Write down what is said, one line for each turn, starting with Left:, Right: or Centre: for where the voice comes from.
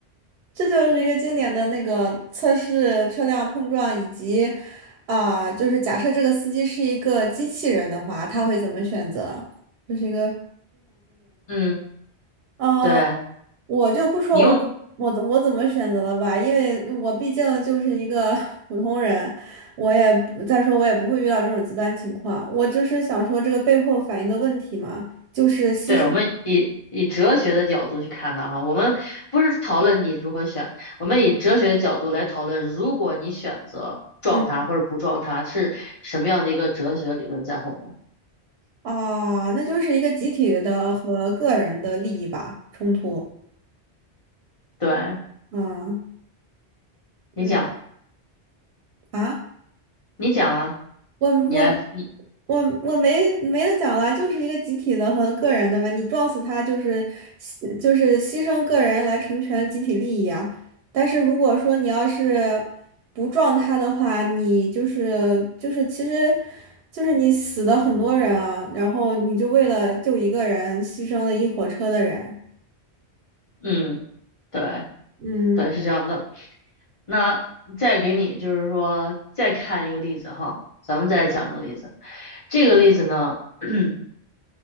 Right: 这就是一个经典的那个测试车辆碰撞以及啊、就是假设这个司机是一个机器人的话，他会怎么选择？这是一个。
Left: 嗯，
Right: 呃，
Left: 对，
Right: 我就不说我我怎我怎么选择了吧，
Left: 你用，
Right: 因为我毕竟就是一个 <laughs> 普通人，我也再说我也不会遇到这种极端情况。我就是想说这个背后反映的问题嘛，就是牺牲，
Left: 对，我们以以哲学的角度去看的哈，我们不是讨论你如何选，我们以哲学的角度来讨论，如果你选择撞它或者不撞它，
Right: 嗯
Left: 是什么样的一个哲学理论在后面？
Right: 啊，那就是一个集体的和个人的利益吧，冲突。
Left: 对，
Right: 嗯
Left: 你讲，
Right: 嗯啊。
Left: 你讲啊，
Right: 我我
Left: 你来，你，
Right: 我我没没得讲了，就是一个集体的和个人的吧。你撞死他就是牺就是牺牲个人来成全集体利益啊。但是如果说你要是不撞他的话，你就是就是其实就是你死了很多人啊，然后你就为了救一个人牺牲了一火车的人。
Left: 嗯，对，
Right: 嗯
Left: 对，是这样的。那再给你就是说再看一个例子哈，咱们再来讲一个例子，这个例子呢。<clears throat>